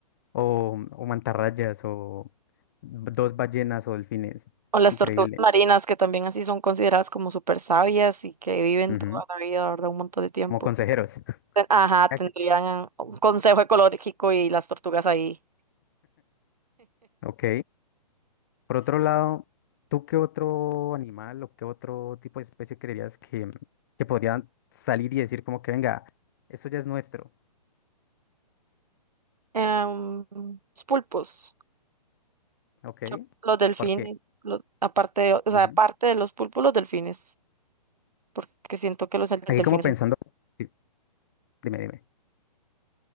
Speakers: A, on the left; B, on the right.
A: o, o mantarrayas, o dos ballenas o delfines.
B: O las
A: Increíble.
B: tortugas marinas, que también así son consideradas como súper sabias y que viven
A: Ujú,
B: toda la vida, ¿verdad? Un montón de tiempo.
A: Como consejeros.
B: Ten- Ajá,
A: Ya
B: tendrían
A: que-
B: un consejo ecológico y las tortugas ahí.
A: Ok. Por otro lado, ¿tú qué otro animal o qué otro tipo de especie creerías que, que podrían salir y decir como que venga, esto ya es nuestro?
B: Em, los pulpos.
A: ¿Ok?
B: Yo, los delfines,
A: ¿Por qué?
B: los- aparte de, o sea,
A: Ujú.
B: aparte de los pulpos, los delfines. Porque siento que los del-
A: Aquí
B: delfines
A: como pensando,
B: son-
A: sí, dime, dime.